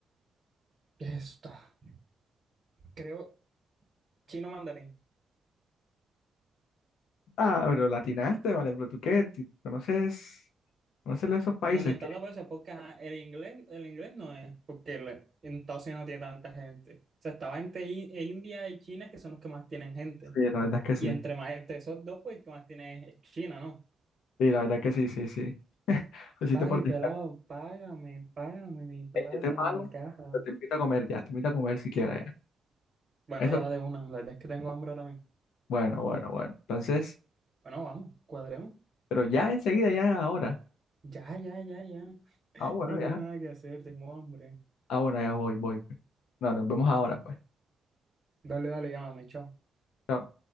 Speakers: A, on the right; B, on the left.
A: Ya está. Creo chino mandarín.
B: Ah, pero latinaste, vale, pero tú qué, ¿Tú conoces, conoces esos países
A: No, no está
B: que
A: de acuerdo porque ajá, el inglés, el inglés no es, porque el- en Estados Unidos no tiene tanta gente. O sea, estaba entre I- e India y China, que son los que más tienen gente.
B: sí, la verdad es que sí,
A: Y entre más, entre esos dos, pues el que más tiene es China, ¿no?
B: sí, la verdad es que sí, sí, sí. <laughs> Lo hiciste
A: Ay,
B: por descarte.
A: pelado, págame, págame mi plata,
B: Ey, yo te pago,
A: mi caja.
B: pero te invito a comer ya, te invito a comer si quieres ya.
A: Bueno,
B: Eso,
A: ya de una, la verdad es que tengo hambre ahora mismo.
B: bueno, bueno, bueno. Entonces,
A: Bueno, vamos, cuadremos.
B: pero ya enseguida, ya ahora.
A: Ya, ya, ya, ya.
B: Ah, bueno,
A: No
B: ya.
A: tengo nada que hacer, tengo hambre.
B: Ah, bueno, ya voy, voy. pues. No, nos vemos ahora, pues.
A: Dale, dale, llámame, chao.
B: Chao.